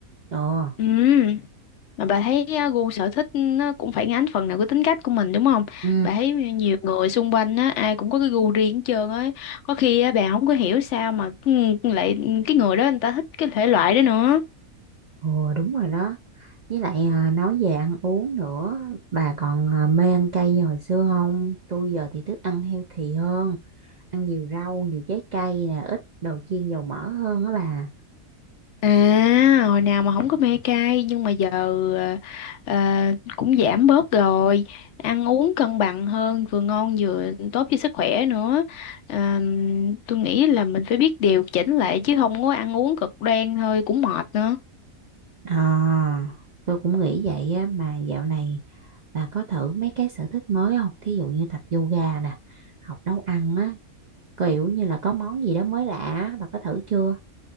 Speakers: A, on the right; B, on the left.
A: Ờ.
B: Ừ, mà bà thấy à, gu sở thích nó cũng phản ánh phần nào cái tính cách của mình đúng không?
A: Ừ,
B: Bà thấy nhiều người xung quanh á, ai cũng có cái gu riêng hết trơn á. Có khi á, bà không có hiểu sao mà ừ, lại cái người đó người ta thích cái thể loại đó nữa.
A: ồ, đúng rồi đó. Với lại à, nói về ăn uống nữa, bà còn à, mê ăn cay như hồi xưa không? Tôi giờ thì thích ăn healthy hơn, ăn nhiều rau, nhiều trái cây nè, ít đồ chiên dầu mỡ hơn á bà.
B: À, hồi nào mà không có mê cay nhưng mà giờ ờ, ờ, cũng giảm bớt rồi, ăn uống cân bằng hơn, vừa ngon vừa tốt cho sức khỏe nữa. Ờm, tôi nghĩ là mình phải biết điều chỉnh lại chứ không có ăn uống cực đoan thôi cũng mệt nữa.
A: À, tôi cũng nghĩ vậy á, mà dạo này bà có thử mấy cái sở thích mới không? Thí dụ như tập yoga nè, học nấu ăn á, kiểu như là có món gì đó mới lạ, á, bà có thử chưa?